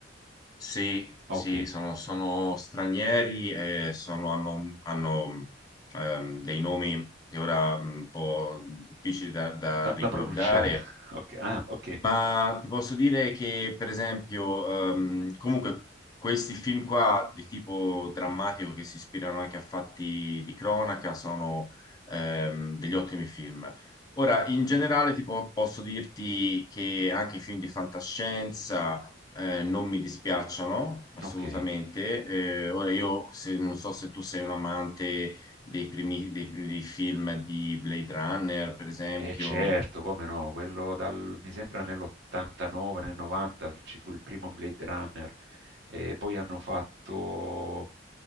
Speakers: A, on the left (about 20°); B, on the right (about 65°).
A: Sì,
B: Ok,
A: sì,
B: Eh,
A: sono, sono stranieri e sono- hanno, hanno, ehm, dei nomi che ora un po' difficili da, da
B: da,
A: ricordare,
B: da pronunciare. <laughs> Ok, Ah, ok,
A: ma ti posso dire che, per esempio, ehm, comunque questi film qua di tipo drammatico che si ispirano anche a fatti di cronaca sono ehm, degli ottimi film. Ora, in generale, ti po- posso dirti che anche i film di fantascienza eh, non mi dispiacciono assolutamente.
B: ok.
A: Eh, ora, io se- non so se tu sei un amante dei primi dei dei film di Blade Runner, per esempio,
B: E certo, come no, quello dal, mi sembra nell'89, nel 90 ci fu il primo Blade Runner e poi hanno fatto